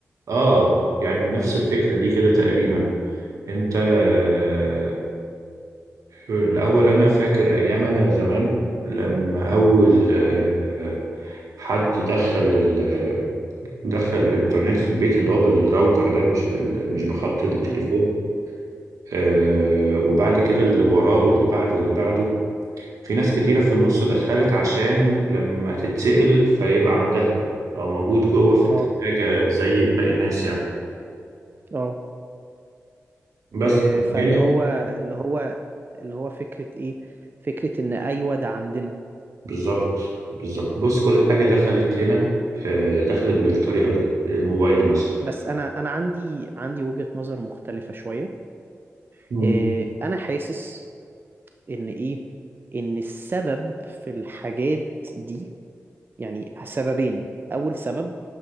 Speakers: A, on the right; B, on the right.
A: اه يعني بنفس الفكرة دي كده تقريبا انت آه، الاول انا فاكر ايام انا زمان لما اول آه،
B: مم.
A: آه، حد دخل ال- دخل الانترنت في البيت اللي هو بالراوتر ده مش بال مش بخط التليفون
B: مم.
A: آه وبعد كده اللي وراه واللي بعده واللي بعده في ناس كتيرة في النص دخلت عشان لما تتسأل فيبقى عندها أو موجود جوه في التلاجة
B: اه
A: زي باقي الناس يعني
B: اه
A: بس
B: آه، فاللي
A: هنا
B: هو اللي هو اللي هو فكرة ايه فكرة ان ايوه ده عندنا
A: بالظبط بالظبط بص كل حاجة دخلت هنا آه، دخلت بالطريقة دي الموبايل مثلا
B: بس انا انا عندي عندي وجهة نظر مختلفة شوية
A: مم.
B: آه، انا حاسس ان ايه ان السبب في الحاجات دي يعني سببين اول سبب